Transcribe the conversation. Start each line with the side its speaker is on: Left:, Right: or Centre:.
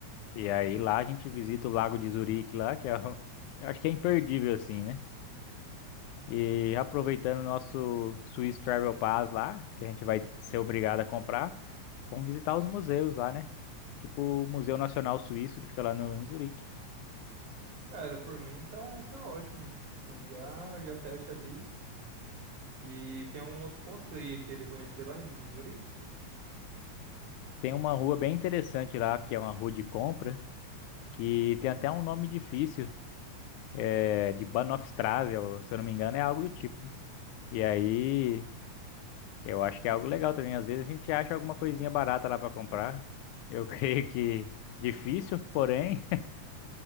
Left: E aí lá a gente visita o Lago de Zurique lá, que é o, eu acho que é imperdível assim, né? E aproveitando o nosso Swiss Travel Pass lá, que a gente vai ser obrigado a comprar, vamos visitar os museus lá, né? Tipo o Museu Nacional Suíço, que fica lá no, em Zurique.
Right: Cara, por mim tá, tá ótimo. Aí já, já fecha ali. E tem algum outro ponto que você ia querer conhecer lá em, em Zurique?
Left: Tem uma rua bem interessante lá, que é uma rua de compra, que tem até um nome difícil, é, de Bahnhofstrasse, ou, se eu não me engano, é algo do tipo. E aí, eu acho que é algo legal também. Às vezes a gente acha alguma coisinha barata lá para comprar. Eu <laughs> creio que difícil, porém,